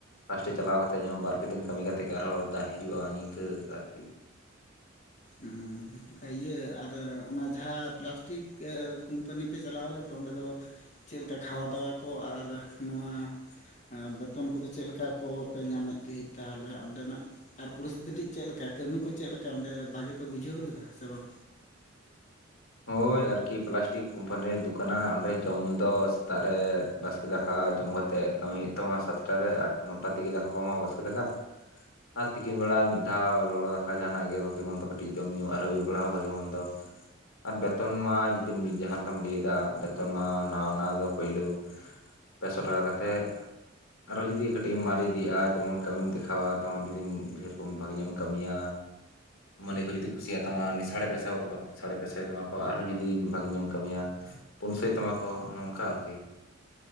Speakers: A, on the left (about 85°); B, on the left (about 35°).
A: ᱞᱟᱥᱴᱮᱡ ᱪᱟᱞᱟᱣ ᱠᱟᱛᱮ ᱤᱧᱟᱜ ᱵᱟᱨᱯᱮ ᱫᱤᱱ ᱠᱟᱹᱢᱤ ᱠᱟ ᱠᱟᱛᱮᱫ ᱜᱮ ᱟᱨᱦᱚᱸ ᱫᱟᱜ ᱦᱤᱡᱩᱜᱼᱟ ᱱᱤᱝᱠᱟᱹ ᱟᱨᱠᱤ᱾
B: ᱩᱸ᱾ ᱤᱭᱟᱹ ᱟᱨ ᱚᱱᱟ ᱡᱟᱦᱟᱸ ᱯᱞᱟᱥᱴᱤᱠ ᱠᱳᱢᱯᱟᱱᱤ ᱯᱮ ᱪᱟᱞᱟᱣ ᱞᱮᱱ ᱫᱚ ᱚᱸᱰᱮ ᱫᱚ ᱪᱮᱫ ᱞᱮᱠᱟ ᱠᱷᱟᱣᱟ ᱫᱣᱟ ᱠᱚ ᱟᱨ ᱱᱚᱣᱟ ᱮᱸ ᱵᱮᱛᱚᱱ ᱠᱚᱫᱚ ᱪᱮᱫ ᱞᱮᱠᱟ ᱠᱚ ᱯᱮ ᱧᱟᱢᱮᱫ ᱛᱟᱦᱮᱸᱫ ᱛᱟᱦᱚᱞᱮ ᱚᱸᱰᱮᱱᱟᱜ ᱟᱨ ᱯᱚᱨᱤᱥᱛᱷᱤᱛᱤ ᱪᱮᱫ ᱞᱮᱠᱟ ᱠᱟᱹᱢᱤ ᱠᱚ ᱪᱮᱫ ᱞᱮᱠᱟ ᱚᱸᱰᱮ ᱵᱷᱟᱜᱤ ᱯᱮ ᱵᱩᱡᱷᱟᱹᱣ ᱞᱮᱫᱟ ᱥᱮ ᱵᱟᱝ?
A: ᱦᱳᱭ ᱟᱨ ᱠᱤ ᱯᱞᱟᱥᱴᱤᱠ ᱠᱳᱢᱯᱟᱱᱤ ᱨᱮ ᱫᱚᱠᱟᱱᱟ ᱚᱸᱰᱮ ᱡᱚᱢ ᱧᱩ ᱫᱚ ᱥᱮᱛᱟᱜ ᱨᱮ ᱵᱟᱥᱠᱮ ᱫᱟᱠᱟ ᱡᱚᱢ ᱠᱟ ᱛᱮᱜ ᱠᱟᱹᱢᱤ ᱦᱩᱭᱩᱜ ᱛᱟᱢᱟ ᱥᱟᱛᱴᱟ ᱨᱮ ᱟᱴ ᱱᱚᱴᱟ ᱫᱤᱜᱮ ᱫᱟᱠᱟ ᱠᱚ ᱮᱢᱚᱜᱼᱟ ᱵᱟᱥᱠᱮ ᱫᱟᱠᱟ, ᱟᱨ ᱛᱤᱠᱤᱱ ᱵᱮᱲᱟ ᱢᱤᱫ ᱫᱷᱟᱣ ᱞᱚᱞᱚ ᱫᱟᱠᱟ ᱡᱟᱦᱟᱸᱱᱟᱜ ᱜᱮ ᱵᱷᱟᱜᱮ ᱢᱚᱱ ᱫᱚ ᱠᱟᱹᱴᱤᱡ ᱡᱚᱢ ᱧᱩ ᱟᱨ ᱟᱹᱭᱩᱵ ᱵᱮᱲᱟ ᱦᱚᱸ ᱵᱷᱟᱜᱮ ᱢᱚᱱᱫᱚ᱾ ᱟᱨ ᱵᱮᱛᱚᱱ ᱢᱟ ᱡᱮ ᱡᱩᱫᱤᱢ ᱡᱟᱦᱟᱸ ᱞᱮᱠᱟᱢ ᱞᱟᱹᱭᱫᱟ ᱵᱮᱛᱚᱱ ᱢᱟ ᱱᱟᱣᱟ ᱱᱟᱣᱟ ᱫᱚ ᱯᱩᱭᱞᱩ ᱯᱮ ᱥᱚ ᱴᱟᱠᱟ ᱠᱟᱛᱮᱜ, ᱟᱨᱚ ᱡᱩᱫᱤ ᱠᱟᱹᱴᱤᱡ ᱮᱢ ᱢᱟᱨᱮ ᱤᱫᱤᱜᱼᱟ ᱡᱮᱢᱚᱱ ᱠᱟᱹᱢᱤᱢ ᱫᱮᱠᱷᱟᱣᱟ ᱛᱚᱢᱚᱱ ᱡᱩᱫᱤᱢ ᱰᱷᱮᱨ ᱠᱚ ᱵᱷᱟᱜᱮ ᱧᱚᱜ ᱮᱢ ᱠᱟᱹᱢᱤᱭᱟ, ᱢᱟᱹᱞᱤᱠ ᱦᱚᱸ ᱡᱩᱫᱤ ᱠᱩᱥᱤᱭᱟ ᱛᱟᱢᱟ ᱩᱱᱤ ᱥᱟᱲᱮ ᱯᱮᱥᱟᱭᱜᱚᱜ ᱠᱟᱜ ᱥᱟᱲᱮ ᱯᱮ ᱥᱚᱭ ᱛᱟᱢᱟᱠᱚ, ᱟᱨᱦᱚᱸ ᱡᱩᱫᱤ ᱵᱷᱟᱜᱮ ᱧᱚᱜ ᱮᱢ ᱠᱟᱹᱢᱤᱭᱟ ᱯᱩᱱᱥᱟᱹᱭ ᱛᱟᱢᱟᱠᱚ ᱚᱱᱮ ᱚᱱᱠᱟ ᱟᱨᱠᱤ᱾